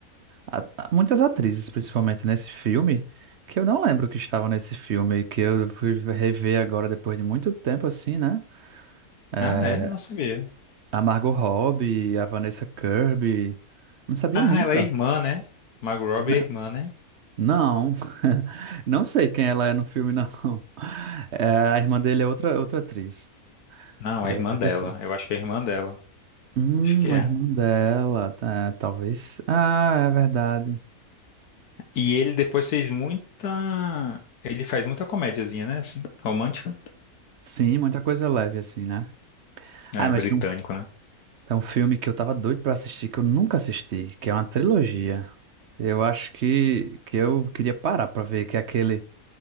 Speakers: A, on the right; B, on the left.
A: a- a- muitas atrizes, principalmente nesse filme, que eu não lembro que estavam nesse filme, que eu fui rever agora depois de muito tempo, assim, né? É,
B: Ah, é? Não sabia.
A: A Margot Robbie, a Vanessa Kirby. Não sabia
B: Ah,
A: nunca.
B: ela é irmã, né? Margot Robbie
A: N-
B: é irmã, né?
A: Não, <laughs> não sei quem ela é no filme, <laughs> não. É, a irmã dele é outra, outra atriz.
B: Não, é
A: É
B: irmã
A: outra
B: dela.
A: pessoa.
B: Eu acho que é irmã dela.
A: Hum,
B: Acho que é.
A: a irmã dela, tá, talvez. Ah, é verdade.
B: E ele depois fez muita... Ele faz muita comédiazinha, né? Assim, romântica.
A: Sim, muita coisa leve assim, né?
B: É,
A: Ah, mas
B: britânico,
A: tem um,
B: né?
A: tem um filme que eu tava doido pra assistir, que eu nunca assisti, que é uma trilogia. Eu acho que, que eu queria parar pra ver, que é aquele.